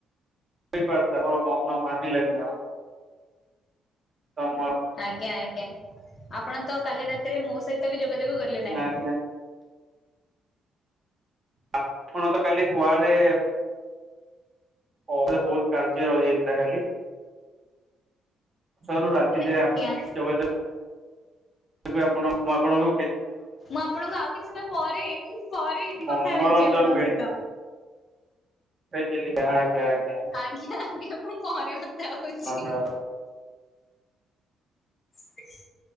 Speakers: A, on the right; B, on the left.
A: <unintelligible> ମନ ମାନିଲା ନି ଆଉ ତମ
B: ଆଜ୍ଞା ଆଜ୍ଞା ଆପଣ ତ କାଲି ରାତିରେ ମୋ ସହିତ ବି ଯୋଗାଯୋଗ କଲେ ନାହିଁ।
A: ଆଜ୍ଞା ଆପଣ ତ କାଲି କୁଆଡେ ହ ବହୁତ କାର୍ଯ୍ୟ ରହିଯାଇଥିଲା ଖାଲି। ରୁ ରାତିରେ
B: ଆଜ୍ଞା
A: ଆମ କିଛି ଯୋଗାଯୋଗ ଆପଣ ମୁଁ ଆପଣଙ୍କ
B: ମୁଁ ଆପଣଙ୍କୁ ଆଉ କିଛି ସମୟ ପରେ ପରେ
A: ମନୋରଞ୍ଜନ
B: କଥା ହେଉଛି ଆପଣଙ୍କ ସହିତ।
A: ବଇତାେ ଆେ <unintelligible>
B: ଆଜ୍ଞା ଆଜ୍ଞା ମୁଁ ପରେ କଥା ହଉଛି
A: ଧନ୍ୟବାଦ
B: <unintelligible>